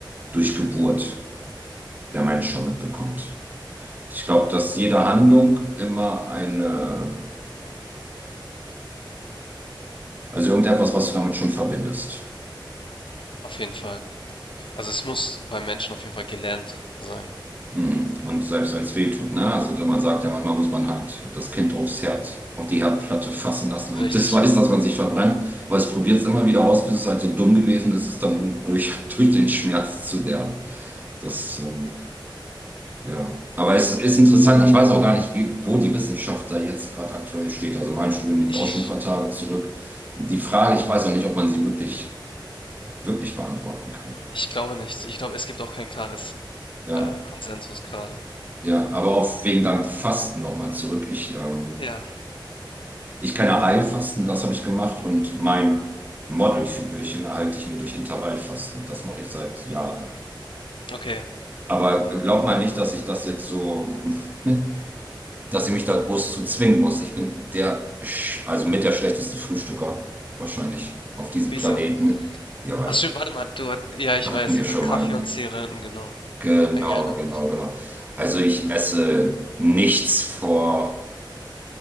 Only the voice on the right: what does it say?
durch Geburt der Mensch schon mitbekommt. Ich glaube, dass jede Handlung immer eine Also irgendetwas, was du damit schon verbindest.
Mhm. Und selbst wenn es weh tut, ne? Also man sagt ja, manchmal muss man halt das Kind aufs Herd, auf die Herdplatte fassen lassen, damit
es <laughs> weiß, dass man sich verbrennt. Aber es probiert es immer wieder aus, bis es halt so dumm gewesen ist, es dann durch, <laughs> durch den Schmerz zu lernen. Das, ähm, ja. Aber es ist interessant, ich weiß auch gar nicht, wie, wo die Wissenschaft da jetzt gerade aktuell steht. Also mein Studium liegt
auch schon ein paar Tage zurück. Die Frage, ich weiß auch nicht, ob man sie wirklich, wirklich beantworten kann.
Ja.
Ja, aber auf wegen deinem Fasten nochmal zurück. Ich, ähm,
ich kann ja Heilfasten, das habe ich gemacht und mein Modelfigürchen erhalte ich mir durch Intervallfasten. Das mache ich seit Jahren.
Aber glaub mal nicht, dass ich das jetzt so, <laughs> dass ich mich da groß zu zwingen muss. Ich bin der, sch- also mit der schlechteste Frühstücker wahrscheinlich auf diesem
Planeten. Ja, weil
ich,
hatten
wir
schon
mal, ne?
Genau,
genau,
genau. Also ich esse nichts vor